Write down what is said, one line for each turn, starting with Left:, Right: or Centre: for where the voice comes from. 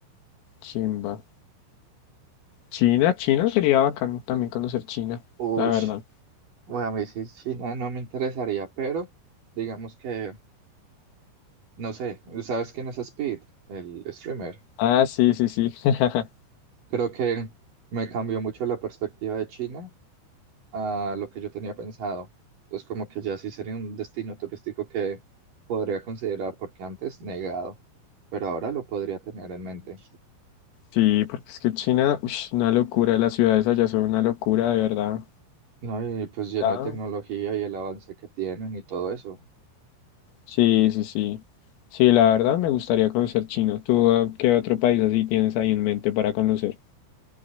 Left: Chimba. China, China sería bacán también conocer China,
Right: Uy,
Left: la verdad.
Right: bueno, a mí sí, China no no me interesaría, pero digamos que, no sé, ¿sabes quién es Speed? El streamer.
Left: Ah, sí, sí, sí. <laughs>
Right: Creo que me cambió mucho la perspectiva de China a lo que yo tenía pensado. Entonces, como que ya sí sería un destino turístico que podría considerar, porque antes negado, pero ahora lo podría tener en mente.
Left: Sí, porque es que China, ush, una locura, las ciudades allá son una locura, de verdad.
Right: No, y pues lleno
Left: Ah,
Right: de tecnología y el avance que tienen y todo eso.
Left: Sí, sí, sí. Sí, la verdad me gustaría conocer China. ¿Tú ah, qué otro país así tienes ahí en mente para conocer?